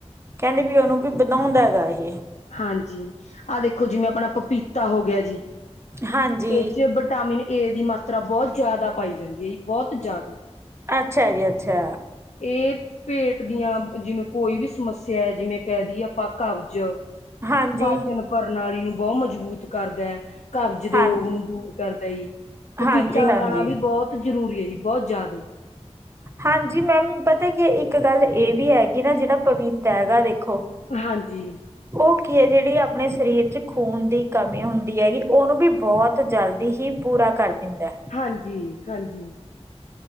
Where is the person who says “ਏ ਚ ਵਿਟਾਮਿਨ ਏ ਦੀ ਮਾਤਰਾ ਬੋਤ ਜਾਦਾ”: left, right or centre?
Left